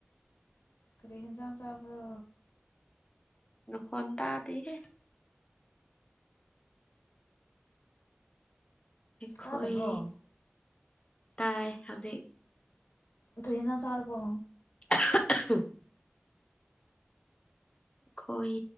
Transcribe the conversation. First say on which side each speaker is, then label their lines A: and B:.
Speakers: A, on the left; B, on the left.
A: ꯀ꯭ꯔꯍꯤ ꯆ ꯆꯕ꯭ꯔꯣ
B: ꯍꯣꯟꯟ ꯇꯗꯤꯍꯦ ꯑꯩꯈꯣꯏ
A: ꯇꯥꯗꯕ꯭ꯔꯣ
B: ꯇꯥꯏ ꯍꯧꯖꯤꯛ
A: ꯀꯔꯤꯖꯥꯡ ꯆꯔꯔꯕ
B: <unintelligible> ꯈꯣꯏ